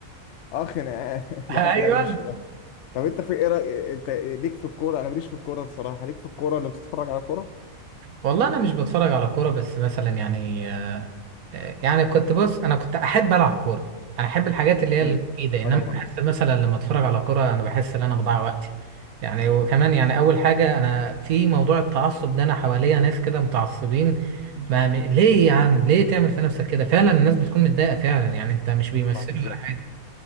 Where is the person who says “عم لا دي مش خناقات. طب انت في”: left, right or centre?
Left